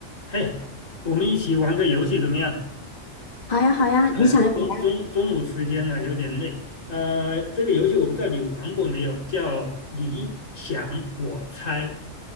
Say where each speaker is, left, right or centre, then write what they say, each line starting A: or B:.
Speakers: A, on the left; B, on the left.
A: 嘿，我们一起玩个游戏怎么样？
B: 好呀，好呀，
A: 哎呀，
B: 你想要玩儿
A: 中中中午时间了，有点累。呃，这个游戏我不知道你玩过没有，叫你想我猜。